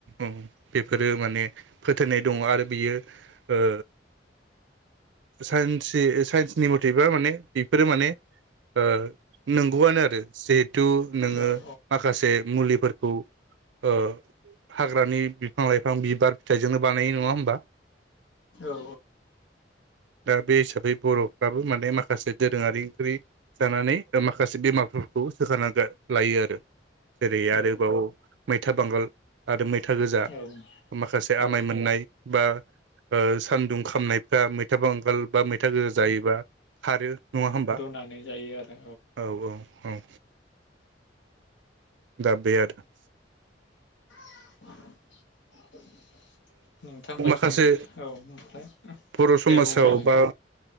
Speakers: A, on the right; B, on the left.
A: उम बेफोर रो माने फोथायनाय दङ आरो बियो ओ साइन्से ओ साइन्सनि मथेबा माने बेफोरो माने ओ नंगौआनो आरो जिह थु नोङो
B: औ औ
A: माखासे मुलिफोरखौ ओ हाग्रानि बिफां लाइफां बिबार फिथाइजोंनो बानायो नङा होमबा
B: औ
A: दा बे हिसाबै बर'फ्राबो माने मा माखासे दोरोङारि ओंख्रि जानानै माखासे बेमारफोरखौ सोखाना गा लायो आरो। जेरै
B: औ
A: आरोबाव मैथा बांगाल आरो मैथा गोजा
B: औ उम
A: माखासे
B: औ
A: आमाय मोननाय बा ओ सानदुं खामनायफ्रा मैथा बांगाल बा मैथा गोजा जायोबा खारो नङा
B: औ
A: होमबा
B: रुनानै जायो आरो
A: औ औ औ। दा बेआरो।
B: <inaudible> नोंथांमोननिथिं
A: ओ माखासे
B: औ ओमफ्राय
A: बर' समाजआव
B: दे बुंग्रोलाय नोंथां
A: बा